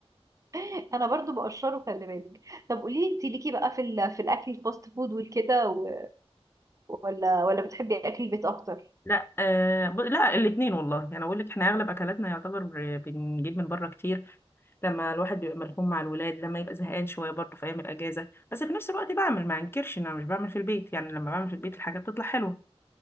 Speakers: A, on the right (about 30°); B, on the left (about 20°).
A: <laughs> انا برضه بقشره خلي بالك طب قولي انت ليكي بقى في ال... في الاكل الفاست فود والكده و... ولا ولا بتحبي اكل البيت اكتر
B: لا آه ب... لا الاثنين والله يعني اقول لك احنا اغلب اكلاتنا يعتبر بنجيب من بره كتير لما الواحد بيبقى ملحوم مع الولاد لما يبقى زهقان شويه برضه في ايام الاجازه بس في نفس الوقت بعمل ما انكرش ان انا مش بعمل في البيت يعني لما بعمل في البيت الحاجه بتطلع حلوه